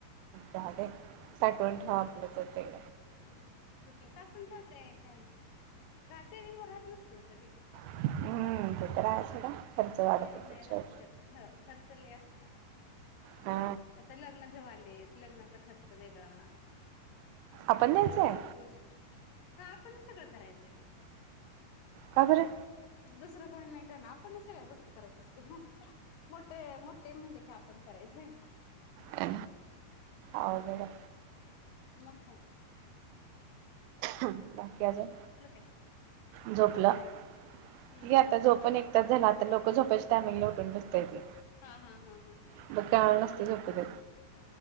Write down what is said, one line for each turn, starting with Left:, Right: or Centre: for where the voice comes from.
Right: झाडे साठवून ठेवा आपलं तर ते
Left: कुठलं साचून ठेवताय काय, हां सेविंग हो राहत नसतो कधी
Right: हम्म ते तर आहे सोडा सगळा खर्च वाढत
Left: सेविंग
Right: हो
Left: नाही
Right: त्याच्या
Left: राहत कधी हो खर्च लयं असतोय.
Right: हा
Left: आता लग्न जवळ आलेत, लग्नाचा खर्च वेगळा.
Right: आपण द्यायचंय
Left: बऱ्याच गोष्टी हा आपणच सगळं करायचयं.
Right: का बरं.
Left: दुसरं कोणी नाही करणार आपणच सगळ्या गोष्टी करायच्या असतात हं मोठे मोठे म्हणले की आपण करायचं.
Right: अ अवघड हाय.
Left: मग काय तरं.
Right: बाकी अजून,
Left: काय?
Right: झोपलं
Left: हम्म
Right: ती
Left: हम्म
Right: आता
Left: हम्म
Right: झोपण एक तास झाला आता लोकं झोपायच्या टाईमिंगला उठून बसता येते.
Left: हा हा हा
Right: मग काय त्यावेळेस नसतयं झोपतं येत.